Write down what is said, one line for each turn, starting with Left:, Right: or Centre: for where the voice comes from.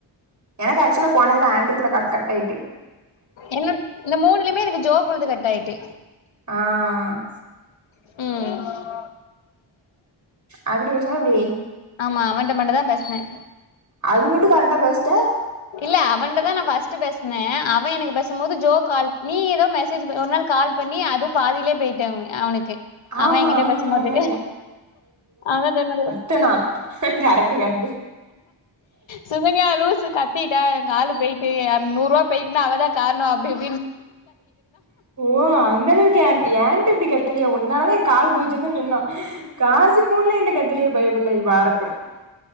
Right: எனக்கு ஆக்சுலா போனதுல ஆண்ரூகூல கால் கட் ஆய்ட்டு
Left: என்னக் இந்த மூணுலயுமே எனக்கு ஜோகூடது கட் ஆய்ட்டு
Right: ஆ
Left: ம்
Right: அப்டி <unintelligible> எப்டி
Left: ஆமா அவன்ட்ட மட்டு தா பேஸ்னே
Right: அது மட்டு கரெக்டா பேஸ்ட்ட
Left: இல்ல அவன்ட தா நா ஃபஸ்ட் பேஸ்ன அவ எனக்கு பேசு போது ஜோ கால் நீ ஏதோ மெசேஜ் ப ஒர் நாள் கால் பண்ணி அது பாதிலே போய்ட் டு அவுனுக்கு
Right: ஆமா
Left: அவ எங்கிட்ட
Right: ஆமா
Left: பேசுபோது
Right: ஆமா
Left: அத சொன்னால
Right: டுனா கரெக்டு கரெக்டு
Left: சுகன்யா லூசு கத் திட்டா எ காலு போய்ட்டு எ அ நூர்வாபோய்ட்னா அவதா காரணோ அப்டி இப்
Right: ஓ அந்தளவுக்கு <unintelligible> என்ட இப்டி கத்துலயே ஒன்னால தா ஏ காலு போச்சின்தா சொன்னா காசுபூனு என்ட்ட கத்தலயே பையபுள்ள வறட்டு